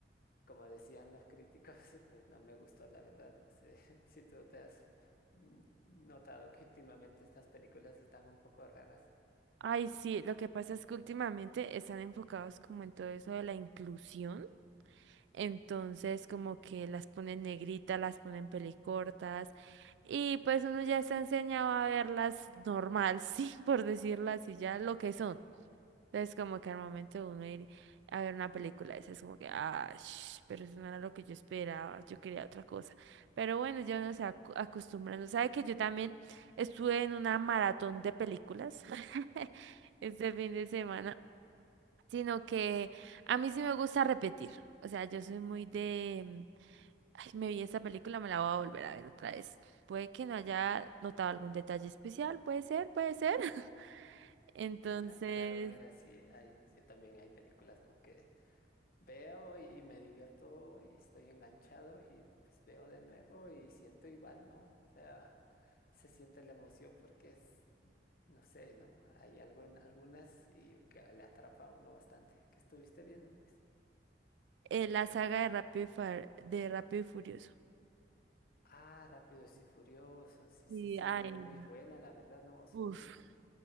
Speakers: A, on the left; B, on the right.
A: como decían los críticos, <laughs> pues no me gustó, la verdad. No sé <laughs> si tú te has mm, notado que últimamente estas películas están un poco raras.
B: Ay, sí, lo que pasa es que últimamente están enfocados como en todo eso de la inclusión. Entonces, como que las ponen negritas, las ponen pelicortas, y pues uno ya está enseñado a verlas normal, <laughs> sí, por decirlo así, ya lo que son. Entonces, como que al momento de uno ir a ver una película, esa es como que, ah, sh, pero eso no era lo que yo esperaba, yo quería otra cosa. Pero bueno, ya uno se va acu- acostumbrando. ¿Sabe que yo también estuve en una maratón de películas <laughs> este fin de semana? sino que a mí sí me gusta repetir. O sea, yo soy muy de, mm, ay, me vi esta película, me la voy a volver a ver otra vez. Puede que no haya notado algún detalle especial, puede ser, puede ser. <laughs> Entonces,
A: Ah, Claro, mira, sí, hay, yo también hay películas, ¿no? que veo y me divierto y estoy enganchado y pues veo de nuevo y siento igual, ¿no? O sea, se siente la emoción porque es, no sé, ¿no? Hay algo en algunas y que le atrapa a uno bastante, que estuviste viendo, pues.
B: eh, la saga de Rápido y, Fa- de Rápido y Furioso.
A: Ah, Rápidos y Furiosos, sí,
B: Y,
A: sí, sí,
B: ay,
A: muy, muy buena, la verdad, ¿no? Son
B: uff,